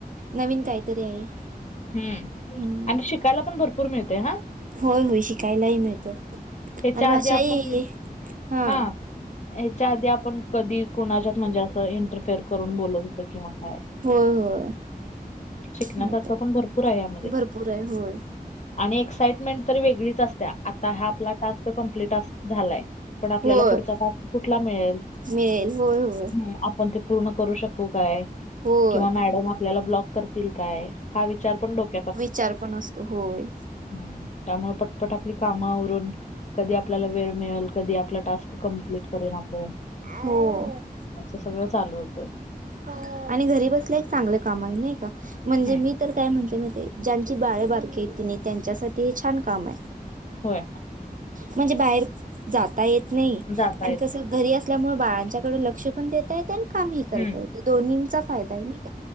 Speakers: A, on the right (about 55°); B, on the left (about 50°).
A: नवीन काहीतरी आहे
B: हम्म,
A: हम्म
B: आणि शिकायला पण भरपूर मिळते हा
A: होय होय शिकायलाही मिळतं
B: ह्याच्या
A: आणि भाषाही....
B: आधी आपण
A: हा
B: हां, ह्याच्या आधी आपण कधी कुणाच्यात म्हणजे असं इंटरफेअर करून बोलत होत किंवा काय
A: होय होय
B: शिकण्यासारखं
A: माहित आहे
B: पण भर पुर यामध्ये
A: भरपूर आहे होय
B: आणि एक्साइटमेंट तरी वेगळीच असते आता ह्या आपला तो कंम्पीट टास्क झालायं पण आपल्याला
A: होय
B: पुढचा टास्क कुठला मिळेल
A: मिळेल होय होय
B: मग आपण ते पूर्ण करू शकू काय
A: होय
B: किंवा मॅडम आपल्याला ब्लॉक करतील काय हा विचार पण डोक
A: विचार पण असतो होय
B: हम्म त्यामुळं पटपट आपली काम आवरून कधी आपल्याला वेळ मिळल कधी आपला टास्क कप्लीट करेन आपण,
A: हो
B: असं सगळं चालू होतय
A: आणि घरी बसलं एक चांगलं काम आहे नही का म्हणजे
B: हम्म
A: मी तर काय म्हणते माहितीय ज्यांची बाळं बारकीेयत की नही. त्यांच्यासाठी हे छान कामं
B: होय
A: म्हणजे बाहेर जाता येत नाही
B: जाता
A: आणि
B: येत
A: कस
B: नाही
A: घरी अस त्या मुळ बाळांच्याकड लक्ष पण देते येतेन कामही करता
B: हम्म
A: येते दोन्हींचा ' फायदाय नही का